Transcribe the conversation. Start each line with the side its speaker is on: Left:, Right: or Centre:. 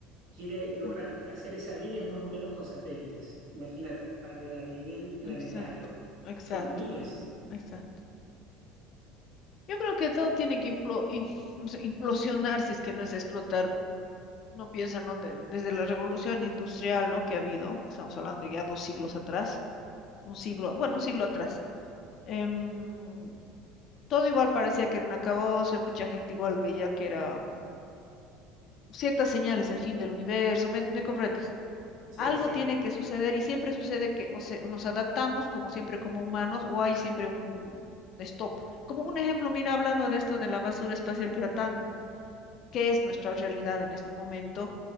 Right: quiere lograr
Left: Ah,
Right: hacer esas líneas más o menos con satélites. Imagínate, a, a nivel planetario.
Left: exacto, exacto,
Right: Son miles.
Left: ah, exacto. Yo creo que todo tiene que implo- in- no sé, <laughs> implosionar, si es que no es explotar. No piensa, ¿no? De- desde la revolución industrial, ¿no? Que ha habido, estamos hablando de ya dos siglos atrás, un siglo, bueno, un siglo atrás. em, todo igual parecía que era un acabose, mucha gente igual veía que era ciertas señales del fin del universo, ¿me, me comprendes?
Right: Sí,
Left: Algo
Right: sí.
Left: tiene que suceder y siempre sucede que o se- nos adaptamos, como siempre, como humanos, o hay siempre un stop. Como un ejemplo, mira, hablando de esto de la basura espacial que era tan qué es nuestra realidad en este momento.